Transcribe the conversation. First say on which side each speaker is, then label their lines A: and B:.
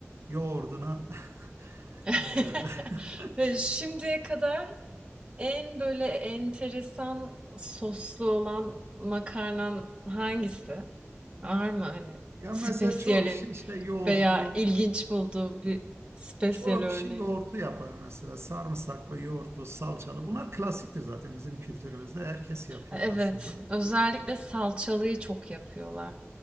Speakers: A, on the right; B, on the right.
A: Yoğurduna. <laughs>
B: <laughs>
A: Eee, <laughs>
B: Eee, şimdiye kadar en, böyle, enteresan soslu olan makarnan hangisi? Var mı, hani,
A: Ya
B: spesiyalin
A: mesela çok şey işte yoğurtlu.
B: veya ilginç bulduğun bir spesiyal
A: Çoğu
B: örneğin?
A: kişi yoğurtlu yapar mesela. Sarımsaklı, yoğurtlu, salçalı. Bunlar klasiktir zaten bizim kültürümüzde. Herkes yapıyor
B: Evet,
A: aslında.
B: özellikle salçalıyı çok yapıyorlar.